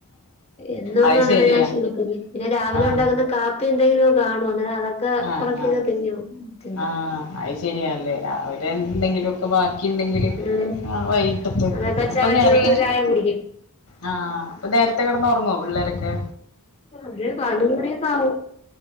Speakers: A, on the left (about 30°); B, on the left (about 85°).
A: എന്നൊന്നും
B: അത്
A: അങ്ങനെ
B: ശരിയാ
A: ഞാൻ ശീലിപ്പി പിന്നെ രാവിലെ
B: ആ
A: ഉണ്ടാകുന്ന കാപ് <unintelligible> എന്തെങ്കിലും കാണും <unintelligible>
B: ആ
A: പൊറക്കിയൊക്കെ
B: ആ
A: തിന്നും തിന്നും
B: ആ അത് ശരിയാല്ലേ അവര് എന്തെങ്കിലും ഒക്കെ ബാക്കി ഉണ്ടെങ്കില്
A: ഉം
B: ആഹ് വൈകിട്ടത്തേക്കെക്ക
A: അതൊക്കെ
B: അപ്പ
A: ചവച്ച്
B: നേരത്തെ
A: തിന്ന് ചായ കുടിക്കും
B: ആ അപ്പ നേരത്തെ കിടന്ന് ഉറങ്ങോ കു പിള്ളേരെക്കെ?
A: ഒര് പതിനൊന്ന് മണിയൊക്കെ ആവും